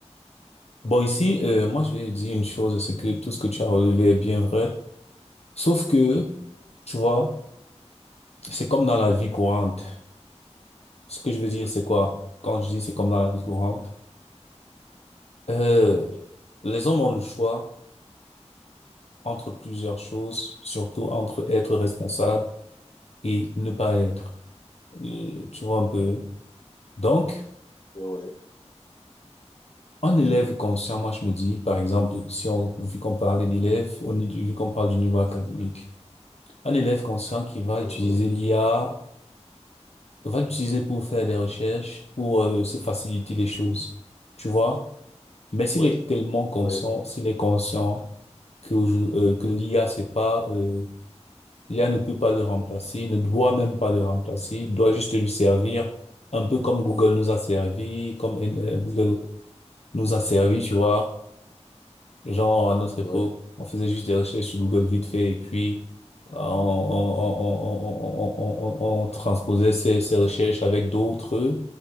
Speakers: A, on the left; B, on the left.
A: Bon, ici,
B: oui.
A: euh, moi, je vais dire une chose, c'est que tout ce que tu as relevé est bien vrai. Sauf que, tu vois, c'est comme dans la vie courante. Ce que je veux dire, c'est quoi? Quand je dis c'est comme dans la vie courante, euh, les hommes ont le choix entre plusieurs choses, surtout entre être responsable et ne pas être. Et tu vois un peu. Donc,
B: Ouais.
A: un élève conscient, moi, je me dis, par exemple, si on, vu qu'on parlait d'élèves, on- vu qu'on parle du niveau académique, un élève conscient qui va
B: Mhm.
A: utiliser l'IA, on va l'utiliser pour faire des recherches, pour euh, se faciliter les choses, tu vois. Mais s'il
B: Ouais.
A: est tellement conscient,
B: Ouais.
A: s'il est conscient que, aujourd- euh, que l'IA, c'est pas, euh, l'IA ne peut pas le remplacer, ne doit même pas le remplacer, devenir un peu comme Google nous a servi, comme Google nous a servi, tu vois. Genre, à notre
B: Ouais.
A: époque, on faisait juste des recherches sur Google vite fait et puis on, on, on, on, on, on, on transposait ces, ces recherches avec d'autres